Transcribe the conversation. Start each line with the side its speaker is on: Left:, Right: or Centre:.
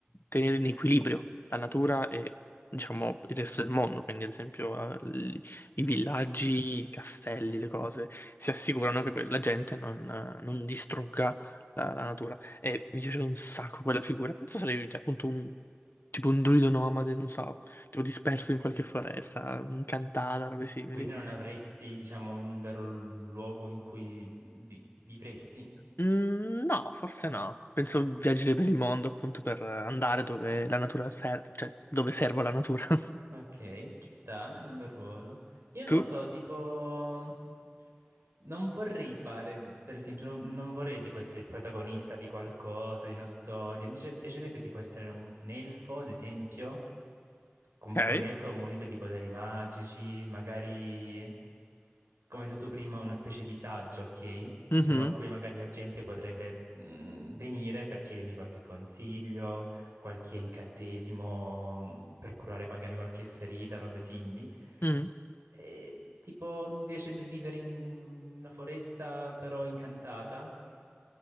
Left: tenere in equilibrio la natura e diciamo il resto del mondo, quindi ad esempio eh, l- i villaggi, i castelli, le cose, si assicurano che que- la gente non, eh, non distrugga la, la natura. E mi piace un sacco quella figura, penso sarebbe cioè, appunto un tipo un druido nomade, non so tipo disperso in qualche foresta, incantata, robe simili.
Right: Quindi non avresti, diciamo, un vero lu- luogo in cui vi- vivresti?
Left: Mm, no, forse no. Penso viaggiare per il mondo appunto per andare dove la natura serve, cioè dove serve la natura. <laughs>
Right: Ok, ci sta, è un bel ruolo. Io non
Left: Tu?
Right: lo so, tipo... mm, Non vorrei fare, per esempio, non, non vorrei tipo essere il protagonista di qualcosa, di una storia. Mi piace- piacerebbe tipo essere un un elfo, ad esempio. Comunque
Left: Ok.
Right: un elfo munito di poteri magici, magari, come hai detto tu prima, una specie di saggio, ok?
Left: Mhm.
Right: Uno a cui magari la gente potrebbe mm, venire per chiedermi qualche consiglio, qualche incantesimo mh, per curare magari qualche ferita, robe simili.
Left: Mhm.
Right: E, tipo, mi piacerebbe vivere in una foresta però incantata.